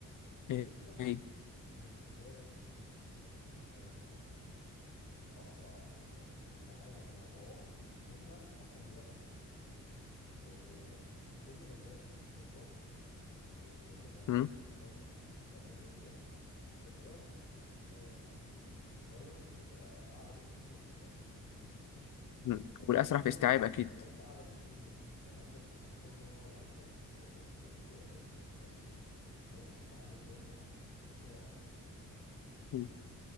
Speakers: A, on the left; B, on the left.
A: ان
B: ايه
A: انت
B: ايه
A: بالنسبة لك انت أسرع في إنك تتعامل مع مواقف هما أخدوا وقت فيها ليه؟ لأن كل ما الناس بتكبر وكل ما
B: مم.
A: الحياة بت- بتتقدم لقدام خبرات الجيل الصغير بتبقى أعلى بكتير من خبرات الجيل الكبير
B: مم.
A: فأنت
B: والاسرع
A: عندك
B: في استيعاب
A: إمكانيات
B: اكيد
A: أعلى بكتير منهم وعندك خبرة وعندك إمكانيات يعني ناس تتعلم منها بسرعة
B: مم.